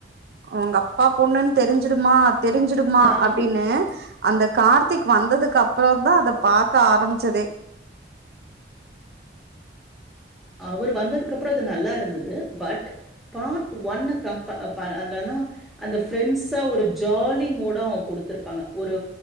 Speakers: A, on the right; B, in the centre.
A: உங்க அப்பா பொண்ணுன்னு தெரிஞ்சுடுமா தெரிஞ்சுடுமா
B: ஓ! நான் வந்து
A: அப்டின்னு அந்த கார்த்திக் வந்ததுக்கு அப்புறோந்தா அத பாக்க ஆரம்பிச்சதே
B: அவர் வந்ததுக்கப்பறோ அது நல்லா இருந்தது பட் பார்ட் ஒன்ன கம்பே ப அதுலன்னா அந்த ஃப்ரெண்ட்ஸ ஒரு ஜாலி மூடா அவுங்க குடுத்துருப்பாங்க ஒரு